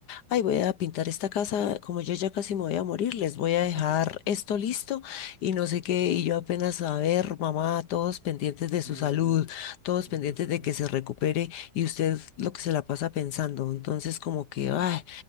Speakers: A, on the left; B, on the right.
A: ay, voy a pintar esta casa, como yo ya casi me voy a morir, les voy
B: <laughs>
A: a dejar esto listo y no sé qué, y yo apenas a ver, mamá, todos pendientes
B: sí,
A: de su
B: ellos,
A: salud, todos
B: ellos
A: pendientes
B: son,
A: de que se recupere y usted lo que se la pasa pensando, entonces como que, ay,